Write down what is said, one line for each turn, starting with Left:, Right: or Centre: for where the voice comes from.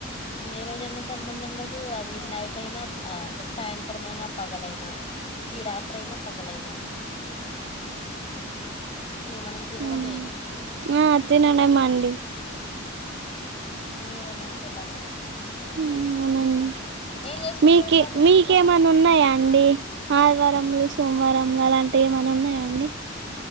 Left: ఏ రోజయినా సంబంధం లేదు అది నైట్ అయినా అంటే సాయంత్రం అయినా పగలైనా చిరాత్ర అయినా పగలైనా ఇగ మనం తినడమే
Right: అవున
Left: ఇగ
Right: ఆ తినన్నా మండి
Left: మీరే నుంచి వెళ్ళండి
Right: అవునండి
Left: ఏం చేస్తున్నారు
Right: మీకే
Left: మరి
Right: మీకేమన్నా
Left: ఇంకా
Right: ఉన్నాయా అండి ఆదివారలు సోమవారంలు అలాంటివి ఏమనా ఉన్నాయా అండి